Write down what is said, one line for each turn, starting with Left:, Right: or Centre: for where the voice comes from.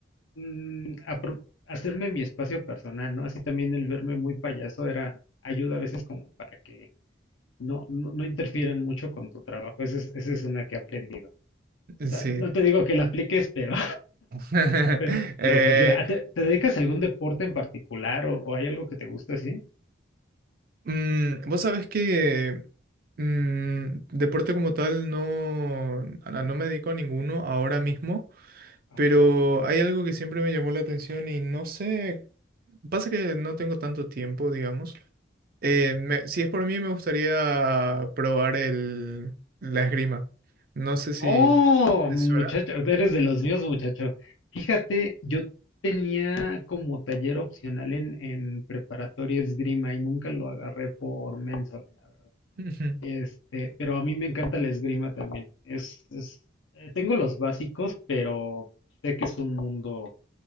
Left: mm, apro- hacerme mi espacio personal, ¿no? Así también el verme muy payaso era, ayuda a veces como para que no, no, no interfieran mucho con tu trabajo. Esa es, esa es una que he aprendido. No,
Right: Sí.
Left: no te digo que la apliques, pero
Right: <laughs>
Left: Pero,
Right: Eh,
Left: pero funciona. Ah, ¿Te, te dedicas a algún deporte en particular o, o hay algo que te guste así?
Right: mm, vos sabés que mm, deporte como tal no, a- no me dedico a ninguno ahora mismo,
Left: Ajá,
Right: pero hay algo que siempre me llamó la atención y no sé, pasa que no tengo tanto tiempo, digamos. Eh,
Left: ajá.
Right: me- si es por mí, me gustaría probar el, la esgrima. No sé si...
Left: Oh,
Right: ¿Te
Left: muchacho,
Right: suena?
Left: eres de los míos, muchacho. Fíjate, yo tenía como taller opcional en, en preparatoria esgrima y nunca lo agarré por mensol, la verdad.
Right: <laughs>
Left: Este, pero a mí me encanta la esgrima también. Es, es, eh, tengo los básicos, pero sé que es un mundo